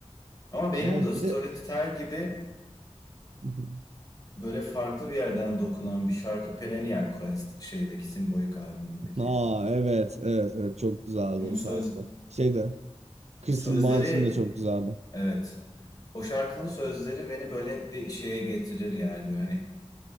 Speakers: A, on the left; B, on the right.
A: Ama benim
B: Evet
A: de Storytel
B: bir de
A: gibi
B: <laughs>
A: Böyle farklı bir yerden dokunan bir şarkı Perennial Quest şeydeki Symbolic albümündeki.
B: Aa evet evet evet çok güzeldi
A: Onun
B: o
A: söz
B: şarkı. Şey de Crystal
A: sözleri
B: Mountain da çok güzeldi.
A: evet. O şarkının sözleri beni böyle hep bir şeye getirir yani böyle hani